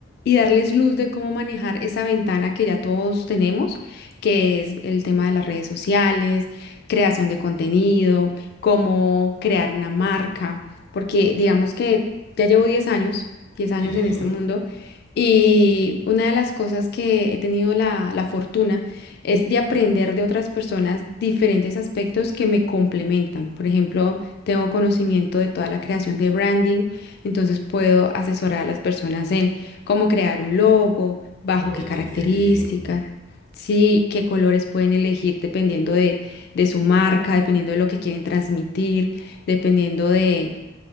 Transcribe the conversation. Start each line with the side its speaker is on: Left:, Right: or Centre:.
Left: y darles luz de cómo manejar esa ventana que ya todos tenemos, que es el tema de las redes sociales, creación de contenido, cómo crear una marca, porque digamos que ya llevo 10 años, 10 años
Right: Sí.
Left: en este mundo. Y una de las cosas que he tenido la, la fortuna es de aprender de otras personas diferentes aspectos que me complementan. Por ejemplo, tengo conocimiento de toda la creación de branding, entonces puedo asesorar a las personas en cómo crear un logo, bajo
Right: Oye,
Left: qué características,
Right: qué bien.
Left: sí, qué colores pueden elegir dependiendo de, de su marca, dependiendo de lo que quieren transmitir, dependiendo de